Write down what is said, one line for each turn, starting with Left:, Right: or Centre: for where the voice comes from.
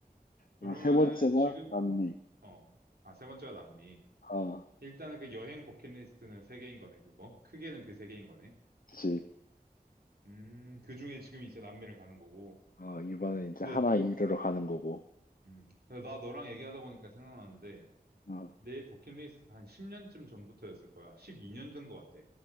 Left: 그리고
Right: 그러면은
Left: 세 번째가
Right: 지금,
Left: 남미.
Right: 어, 아, 세 번째가 남미.
Left: 어,
Right: 일단은 그 여행 버킷리스트는 세 개인 거네, 그거. 크게는 그 세 개인 거네.
Left: 그치.
Right: 음, 그 중에 지금 이제 남미를 가는 거고.
Left: 어, 이번엔 이제
Right: 근데,
Left: 하나 이르러 가는 거고.
Right: 음, 근데 나 너랑 얘기하다 보니까 생각나는데,
Left: 어,
Right: 내 버킷리스트가 한 10년쯤 전부터였을 거야. 12년 전 거 같아.